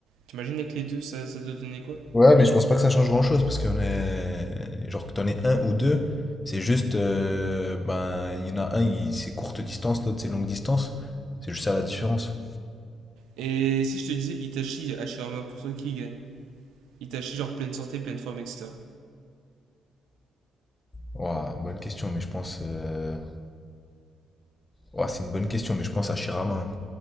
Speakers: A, on the right (about 85°); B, on the left (about 25°).
A: T'imagines avec les deux, ça, ça doit donner quoi?
B: Ouais, mais je pense pas que ça change grand-chose parce qu'on est, genre que t'en aies un ou deux, c'est juste, euh, ben, il y en a un, il- c'est courte distance, l'autre c'est longue distance. C'est juste ça la différence.
A: Et si je te disais Itachi, Hashirama, pour toi, qui gagne? Itachi, genre pleine santé, pleine forme, etc.
B: Ouah, bonne question, mais je pense, euh, ouah, c'est une bonne question, mais je pense à Shirama. hein.